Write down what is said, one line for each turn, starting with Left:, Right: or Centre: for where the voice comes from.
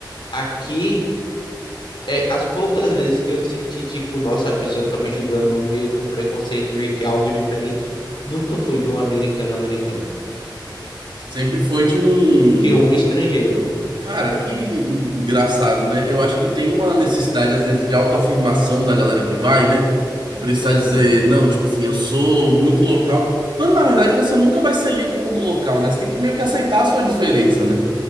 Left: aqui é, as poucas vezes que eu senti, tipo, nossa, a pessoa tá me julgando, um meio que um preconceito, meio que algo diferente, nunca foi de um americano americano,
Right: Sempre foi de um.
Left: de um
Right: um
Left: estrangeiro.
Right: Cara, que engraçado, né? Eu acho que tem uma necessidade, às vezes, de autoafirmação da galera que vai, né? De precisar
Left: Aham.
Right: dizer, não, tipo assim, eu sou muito local. Quando, na verdade, você nunca vai ser lido como local, né? Você tem que meio que aceitar a sua diferença, né?